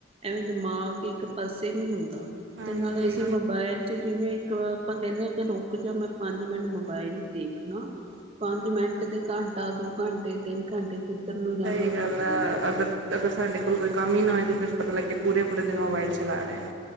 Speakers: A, on the right; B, on the right.
A: ਐਵੇਂ ਦਿਮਾਗ ਇੱਕ ਪਾਸੇ ਨਹੀਂ ਹੁੰਦਾ,
B: ਹਾਂਜੀ
A: ਤੇ ਨਾਲੇ ਅਸੀਂ ਮੋਬਾਇਲ 'ਚ ਜਿਵੇਂ ਇੱਕ ਆਪਾਂ ਕਹਿੰਦੇ ਆ, ਰੁਕ ਜਾ ਮੈਂ ਪੰਜ ਮਿੰਟ ਮੋਬਾਇਲ ਹੀ ਦੇਖ। ਹਨਾ ਪੰਜ ਮਿੰਟ ਦੇ ਘੰਟਾ ਦੋ ਘੰਟੇ ਤਿੰਨ ਘੰਟੇ ਕਿੱਧਰ ਨੂੰ ਜਾਂਦਾ
B: ਸਹੀ ਗੱਲ
A: ਪਤਾ
B: ਆ
A: ਨਹੀਂ ਲੱਗਦੇ।
B: ਅਗਰ ਅਗਰ ਸਾਡੇ ਕੋਲ ਕੋਈ ਕੰਮ ਹੀ ਨਾ ਹੋਏ ਤਾਂ ਫਿਰ ਪਤਾ ਲੱਗੇ ਪੂਰੇ ਪੂਰੇ ਦਿਨ ਮੋਬਾਇਲ ਚਲਾ ਰਹੇ ਆ।